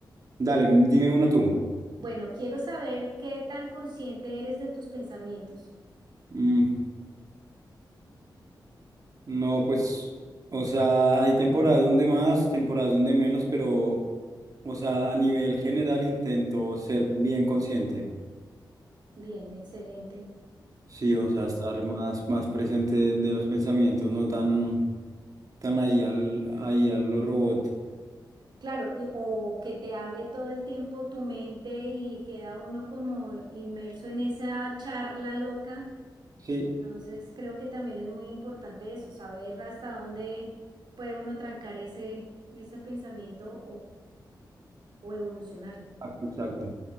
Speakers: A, on the right (about 50°); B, on the right (about 70°).
A: dale, dime una tú.
B: Bueno, quiero saber qué tan consciente eres de tus pensamientos.
A: Mm, no, pues, o sea, hay temporadas donde más, temporadas donde menos, pero, o sea, a nivel general intento ser bien consciente.
B: Bien, excelente.
A: Sí,
B: Excelente.
A: o sea, estar más, más presente de los pensamientos, no tan, tan ahí al, ahí a lo robot.
B: Claro, y- o que te hable todo el tiempo tu mente y queda uno como inmerso en esa charla loca.
A: Sí,
B: Entonces, creo que también es muy importante eso, saber hasta dónde puede uno trancar ese, ese pensamiento o, o evolucionarlo.
A: exacto, exacto.